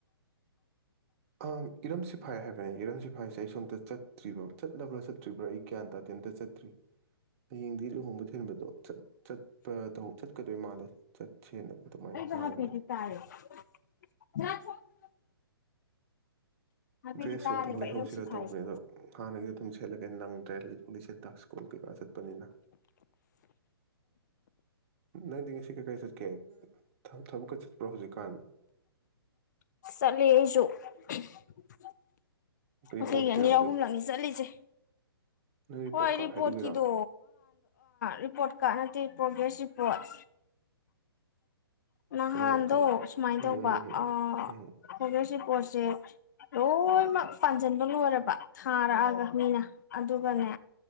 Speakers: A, on the right; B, on the left.
A: ꯑꯪ ꯏꯔꯝ ꯁꯤꯐꯥꯏ ꯍꯥꯏꯕꯅꯤ ꯏꯔꯝ ꯁꯤꯐꯥꯏꯁꯦ ꯑꯩ ꯁꯣꯝꯇ ꯆꯠꯇ꯭ꯔꯤꯕ꯭ꯔꯥ ꯆꯠꯂꯕ꯭ꯔꯥ ꯆꯠꯇ꯭ꯔꯤꯕ꯭ꯔꯥ ꯑꯩ ꯒ꯭ꯌꯥꯟ ꯇꯥꯗꯦ ꯑꯃꯇ ꯆꯠꯇ꯭ꯔꯤ ꯍꯌꯦꯡꯗꯤ ꯂꯨꯍꯣꯡꯕ ꯊꯤꯟꯕꯗꯣ ꯆꯠꯄꯗ ꯆꯠꯀꯗꯣꯏ ꯃꯥꯜꯂꯦ ꯆꯠꯁꯦꯅ ꯑꯗꯨꯃꯥꯏꯅ
B: <unintelligible>
A: ꯍꯥꯏꯕꯅꯦ
B: ꯍꯥꯏꯐꯦꯠꯇꯤ
A: ꯗ꯭ꯔꯦꯁꯁꯨ
B: ꯇꯥꯔꯦꯕ
A: ꯑꯝꯇꯪ ꯂꯩꯍꯧꯁꯤꯔ
B: ꯑꯦꯝ ꯁꯤꯐꯥꯏꯁꯦ
A: ꯇꯧꯕꯅꯦ ꯑꯗꯣ ꯍꯥꯟꯅꯒꯤ ꯑꯗꯨꯝ ꯁꯦꯠꯂꯒꯦ ꯅꯪꯗ꯭ꯔꯦ ꯂꯤꯊꯣꯂꯤꯁꯦ ꯗꯛꯁ ꯀꯣꯜ ꯀꯩꯀꯥ ꯆꯠꯄꯅꯤꯅ ꯅꯪꯗꯤ ꯉꯁꯤ ꯀꯩꯀꯩ ꯆꯠꯀꯦ ꯊꯕꯛꯀ ꯆꯠꯄ꯭ꯔꯣ ꯍꯧꯖꯤꯛꯀꯥꯟ
B: ꯆꯂꯁꯨ ꯑꯩꯁꯨ ꯉꯁꯤꯒꯤ
A: ꯔꯤꯄꯣꯔꯠꯀꯤꯔꯣ
B: ꯑꯅꯤꯔꯥ ꯑꯍꯨꯝꯂꯛꯅꯤ
A: ꯔꯤ-
B: ꯆꯠꯂꯤꯁꯦ
A: ꯅꯪ ꯔꯤꯄꯣꯔꯠ
B: ꯍꯣꯏꯔꯤꯄꯣꯠ
A: ꯀꯥꯔꯠ ꯍꯥꯏꯗꯨꯒꯤꯔꯣ
B: ꯀꯗꯣ ꯔꯤꯄꯣꯔꯠ ꯀꯥꯔꯠ ꯅꯠꯇꯦ ꯄ꯭ꯔꯣꯒ꯭ꯔꯦꯁ ꯔꯤꯄꯣꯔꯠ ꯅꯍꯥꯟꯗꯣ
A: ꯀꯩꯗꯧ ꯀꯩꯗꯧ
B: ꯁꯨꯃꯥꯏꯅ
A: ꯎꯝ
B: ꯇꯧꯕꯁꯤ
A: ꯎꯝ ꯎꯝ ꯎꯝ
B: ꯄꯣꯠꯁꯦ ꯂꯣꯏꯅꯃꯛ ꯄꯥꯟꯁꯤꯟꯕ ꯂꯣꯏꯔꯕ ꯊꯥꯔꯛꯑꯒ ꯃꯤꯅ ꯑꯗꯨꯒꯅꯦ